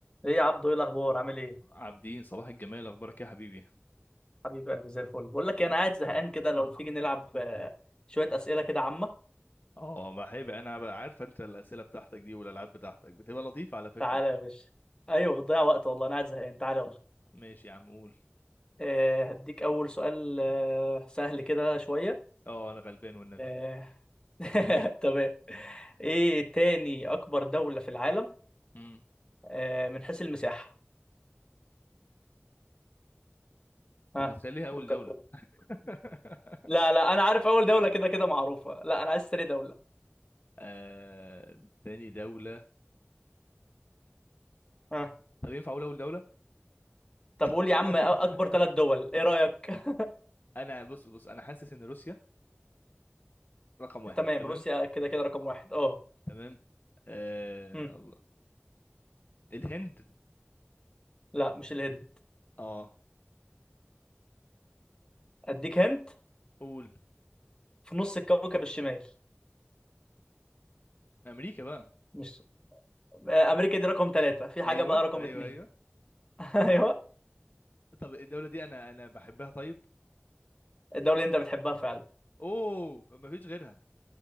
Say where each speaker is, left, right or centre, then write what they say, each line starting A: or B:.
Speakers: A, on the left (about 20°); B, on the left (about 50°).
A: ايه يا عبدو ايه الاخبار عامل ايه
B: عابدين صباح الجمال اخبارك إيه يا حبيبي
A: حبيب قلبي زي الفل بقول لك إيه، انا قاعد زهقان كده لو تيجي نلعب آه، شويه اسئله كده عامه
B: اه بحب انا بقى عارف انت الاسئله بتاعتك دي والالعاب بتاعتك بتبقى لطيفه على فكره
A: تعالى يا باشا ايوه بتضيع وقت والله انا قاعد زهقان تعالى يلا
B: ماشي يا عم قول
A: أه هديك اول سؤال أه سهل كده شويه
B: اه انا غلبان والنبي
A: أه <laughs> تمام ايه تاني اكبر دوله في العالم
B: امم
A: أه من حيث المساحه ها
B: طب ما تخليها اول
A: فكر
B: دوله
A: كده
B: <laughs>
A: لا لا انا عارف اول دوله كده كده معروفه لا انا عايز تاني دوله
B: آه... تاني دوله
A: ها
B: طب ينفع اقول اول دوله
A: طب
B: <laughs>
A: قول يا عم اكبر ثلاث دول ايه رايك <laughs>
B: انا بص بص انا حاسس ان روسيا رقم واحد
A: تمام
B: تمام
A: روسيا كده كده رقم واحد اه
B: تمام آه...
A: مم.
B: الله الهند
A: لا مش الهند
B: اه
A: اديك هنت
B: قول
A: في نص الكوكب الشمال
B: امريكا بقى
A: مش آه، امريكا دي رقم ثلاثة في حاجة
B: ايوه
A: بقى رقم
B: ايوه
A: اتنين
B: ايوه
A: <laughs> ايوه
B: طب الدوله دي انا انا بحبها طيب
A: الدولة اللي انت بتحبها فعلا
B: اوه مفيش غيرها